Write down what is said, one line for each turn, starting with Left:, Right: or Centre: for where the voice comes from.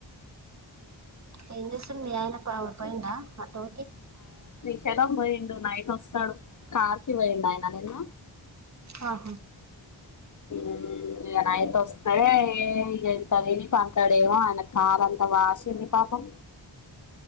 Right: ఆ ఏం చేస్తుండు మీ ఆయన పోయిండా ఆటో కి
Left: చద పోయిండు నైట్ వస్తాడు కార్ కి పోయిండు ఆయన నిన్న
Right: ఆహా
Left: ఉమ్ ఇంకా నైట్ వస్తాడ ఇగ ఎంతదని పంతాడేవ అయ మదంతా వాసింది పాపం
Right: <inaudible>